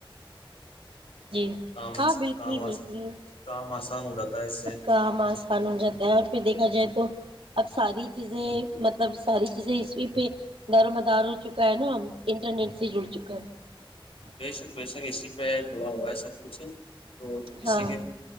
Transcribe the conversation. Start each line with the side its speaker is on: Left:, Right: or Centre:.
Right: جی
Left: کام
Right: ہاں بالکل
Left: کام
Right: بالکل
Left: کام آسان ہو جاتا ہے اس سے
Right: کام آسان ہو جاتا ہے اور پھر دیکھا جائے تو تو اب ساری چیزیں مطلب ساری چیزیں اسی پہ دار و مدار ہو چکا ہے نا ہم انٹرنیٹ سے جڑ چکا ہے
Left: بے شک بے شک اسی پہ ہے جڑا ہوا ہے سب کچھ تو اسی
Right: ہاں
Left: کے